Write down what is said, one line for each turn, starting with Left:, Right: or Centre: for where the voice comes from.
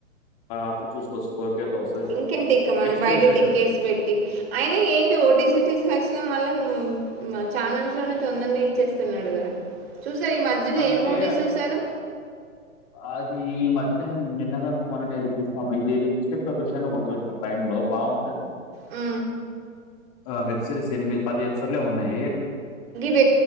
Left: అప్పుడు చూసుకోవచ్ ఫోర్ కే తౌసి
Right: ఇంకేంటి ఇక మనం
Left: ఎక్స్పన్స్్
Right: బయట
Left: అయితది.
Right: టికెట్స్ పెట్టి అయిన ఏంటి ఓటీ, సిటీస్ వచ్చినయ్ వల్ల ఛానల్స్ లోనే తొందర్నే ఇచ్చేస్తున్నాడు కదా చూసా ఈ మధ్యనా
Left: అంటే
Right: ఏం మూవీ చూసారు.
Left: అది ఈ మధ్యాహ్నం నిన్న కాక మొన్న నే <unintelligible> ఇది ఏదో ఇన్స్పెక్టర్ విషయాన్ని ఒకటి చూసినా ప్రైమ్ ఒ బాగుంటది
Right: ఆ
Left: ఆ వెబ్ సిరీస్ ఎనిమిది పది ఎపిసోడ్లో ఏమో ఉన్నాయి
Right: వెబ్